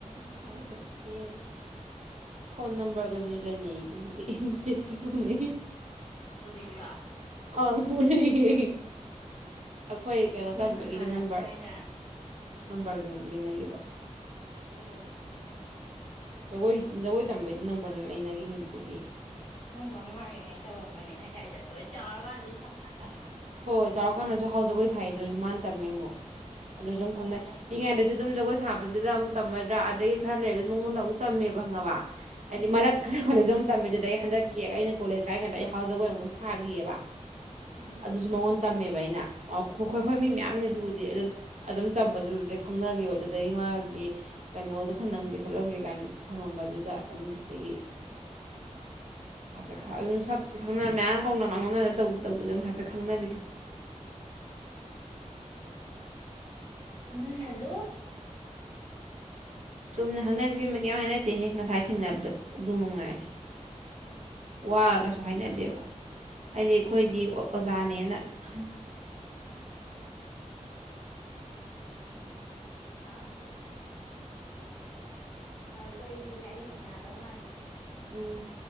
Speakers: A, on the right; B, on the left.
A: ꯉꯁꯥꯏ ꯈꯔꯥ ꯀꯦꯔꯥ ꯐꯣꯟ ꯅꯝꯕꯔꯒꯁꯨ ꯂꯩꯅꯩ ꯑꯗꯨꯕꯨꯗꯤ ꯑꯩ ꯏꯁꯇꯦꯇꯁ ꯎꯅꯩ
B: ꯍꯧꯖꯤꯛꯇꯣ
A: ꯑ ꯍꯅꯌꯦ ꯑꯩꯈꯣꯏ ꯀꯩꯅꯣ
B: ꯅꯪ
A: ꯇꯝꯕꯒꯤꯗ
B: ꯍꯥꯟꯅ
A: ꯅꯝꯕꯔ
B: ꯊꯥꯏꯅ
A: ꯅꯕꯥꯔ ꯂꯤꯅꯈꯤꯕ
B: ꯀꯩꯗꯧꯕꯗ
A: ꯖꯒꯣꯏ ꯖꯒꯣꯏ ꯇꯝꯕꯩꯗꯨ ꯅꯝꯕꯔ ꯂꯩꯅꯈꯤꯕꯅꯦ ꯑꯗꯨꯗꯒꯤ
B: ꯅꯪꯡ ꯑꯉꯥꯡꯑꯣꯏꯔꯤ ꯀꯟꯗ ꯇꯧꯔꯝꯕꯅꯦ ꯍꯥꯏꯇꯥꯔꯦ ꯑꯩꯈꯣꯏ ꯆꯥꯎꯔꯀꯥꯟꯗ
A: ꯑꯁ ꯍꯣꯏ ꯆꯥꯎꯔꯀꯥꯟꯗꯁꯨ ꯍꯥꯎ ꯖꯒꯣꯏ ꯁꯥꯏꯗꯨꯗꯁꯨ ꯃꯥ ꯇꯃꯃꯦ ꯃꯨꯛ ꯑꯗꯣ ꯁꯨꯝ
B: ꯑꯣ
A: ꯈꯪꯅꯩ ꯄꯤꯛꯉꯩꯗꯁꯨ ꯑꯗꯨꯝ ꯖꯒꯣꯏ ꯁꯥꯕ ꯇꯕꯁꯤꯗ ꯑꯃꯨꯛ ꯇꯝꯃꯗ꯭ꯔꯥ ꯑꯗꯩ ꯈꯥꯔ ꯂꯩꯔꯥꯒꯁꯨꯃꯨꯡ ꯎꯟꯗ ꯇꯝꯃꯦꯕ ꯉꯕꯥ ꯑ
B: ꯎꯝ
A: ꯃꯔ ꯈꯔ ꯈꯔꯖ ꯇꯝꯃꯦ ꯑꯗꯩꯩ ꯍꯟꯗꯛꯀꯤ ꯑꯩꯅ ꯀꯣꯂꯦꯖ ꯀꯥꯏ ꯀꯥꯟꯗ ꯍꯥꯎ ꯖꯒꯣꯏ ꯑꯃꯨꯈꯛ ꯁꯥꯈꯤꯑꯕ
B: ꯎꯝ
A: ꯑꯗꯨꯁꯨ ꯃꯉꯣꯟꯗ ꯇꯝꯃꯦꯕ ꯑꯩꯅ ꯑꯩꯈꯣꯏ
B: ꯎꯝ
A: ꯃꯤ
B: ꯑꯗꯨ
A: ꯃꯌꯥꯝꯅꯤ
B: ꯂꯩꯅꯕ
A: ꯑꯗꯨꯕꯨꯗꯤ ꯑꯗꯨ ꯑꯗꯨꯝ ꯇꯝꯕꯗꯨꯗꯨꯗꯒꯤꯩ ꯈꯪꯅꯈꯤꯕꯗꯨꯗꯒꯤ ꯃꯥꯒꯤ ꯀꯩꯅꯣꯗꯣ ꯊꯝꯂꯝꯒꯦ ꯈꯣꯠꯂꯝꯒꯦ ꯀꯥꯏꯅ ꯊꯝꯃꯝꯕꯗꯨꯗ ꯑꯗꯨꯗꯨꯗꯒꯤ ꯍꯥꯏꯐꯦꯠ
B: ꯎꯝ
A: ꯑꯗꯨꯝ ꯁꯛ ꯈꯪꯅ ꯃꯌꯥꯝ ꯀꯥꯎꯅ ꯉꯥꯡꯅ ꯇꯧꯗ ꯇꯧꯗꯅꯥ ꯍꯥꯏꯐꯦꯠ ꯈꯪꯅꯕꯤꯗꯣ
B: ꯈꯪꯅꯁꯜꯂꯨ
A: ꯆꯨꯝꯅ ꯍꯪꯅꯕꯤꯃ ꯀꯩꯝ ꯍꯥꯏꯅꯗꯦꯍꯦ ꯉꯁꯥꯏ ꯊꯦꯡꯅꯕꯗꯣ ꯑꯗꯨ ꯃꯉꯥꯏ
B: ꯍꯣꯏꯅꯦ
A: ꯋꯥꯒꯁꯨ ꯍꯥꯏꯅꯗꯦꯕ ꯍꯥꯏꯗꯤ ꯑꯩꯈꯣꯏꯗꯤ ꯑꯣꯖꯥꯅꯦꯅ ꯑꯍꯨ
B: ꯎꯝ ꯍꯥ ꯍꯥꯎ ꯏꯀꯣ ꯑꯏꯪꯕꯥꯁ‌ꯦ ꯑꯩ ꯍꯥꯌ‌ꯦꯡ ꯅ ꯗꯧ ꯃꯥꯜꯂ‌ꯦ
A: ꯎꯝ